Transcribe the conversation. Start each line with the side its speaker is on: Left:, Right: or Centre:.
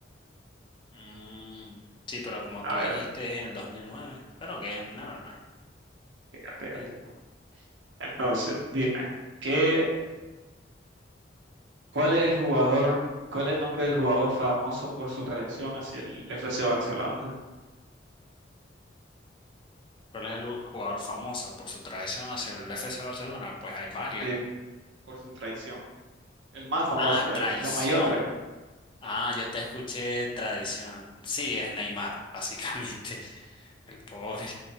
Left: Mm, sí, pero como
Right: A
Left: tú
Right: ver,
Left: dijiste en el dos mil nueve. pero que never mind.
Right: ok, ok,
Left: Eh,
Right: ok. Entonces, dime, ¿qué, cuál es el jugador, cuál es el nombre del jugador famoso por su traición hacia el FC Barcelona?
Left: ¿Cuál es el u- jugador famoso por su traición hacia el FC Barcelona? Pues hay varios.
Right: Sí, por su traición. El más famoso,
Left: Ah, traición.
Right: el- la mayor traición.
Left: Ah,
Right: Sí,
Left: yo te escuché tradición. Sí, es Neymar, básicamente. <laughs> El pobre